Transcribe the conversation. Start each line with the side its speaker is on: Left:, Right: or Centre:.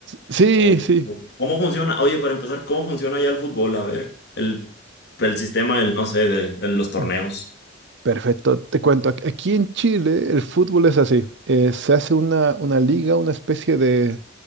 Right: Sí,
Left: o-
Right: sí.
Left: o cómo funciona? Oye, para empezar, ¿cómo funciona ya el fútbol? A ver, el, el sistema del, no sé, de, de los torneos.
Right: Uh. Perfecto, te cuento, ac- aquí en Chile el fútbol es así, eh, se hace una, una liga, una especie de,